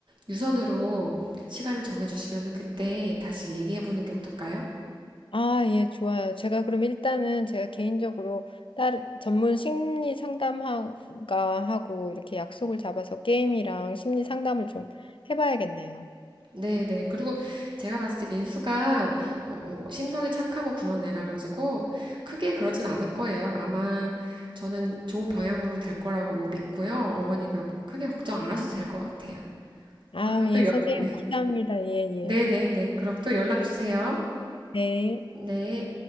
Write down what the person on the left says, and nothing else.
아, 예, 좋아요. 제가 그럼 일단은 제가 개인적으로 다른 전문 심리 상담가하고 이렇게 약속을 잡아서 게임이랑 심리 상담을 좀 해봐야겠네요.
아,
예,
선생님
감사합니다. 예, 예.
네.